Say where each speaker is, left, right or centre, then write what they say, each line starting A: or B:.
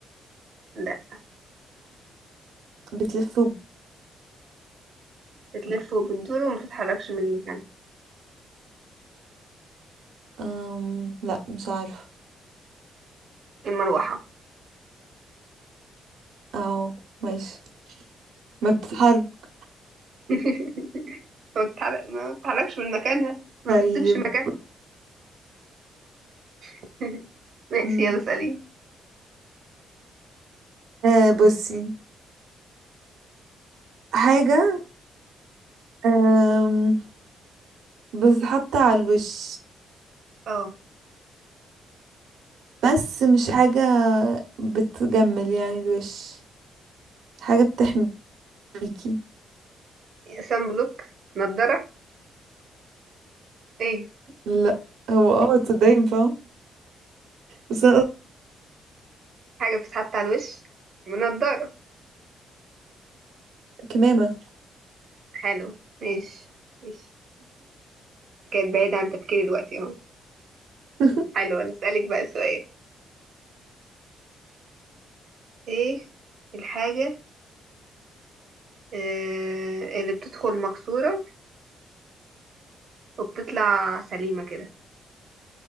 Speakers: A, on the right; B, on the right.
A: لا
B: بتلف وب...
A: بتلف وبتدور وما بتتحركش من مكانها
B: أم... لا مش عارفه
A: المروحة
B: اه ماشي ما بتتحرك
A: <laughs> ما بتتحرك ما بتتحركش من مكانها ما
B: طيب
A: بتسيبش مكانها <laughs> ماشي
B: أم،
A: يلا سألين
B: آه بصي حاجه أم... بتتحط على الوش
A: اه
B: بس مش حاجه بتجمل يعني الوش حاجه بتحميكي
A: سان بلوك نضارة ايه
B: لا هو اه تصدقي ينفع بس انا قصدي
A: حاجة بتتحط على الوش نضارة
B: كمامه
A: حلو ماشي ماشي كانت بعيدة عن تفكيري دلوقتي اهو
B: <laughs>
A: حلو هنسألك بقى سؤال ايه الحاجة آه اللي بتدخل مكسورة وبتطلع سليمة كده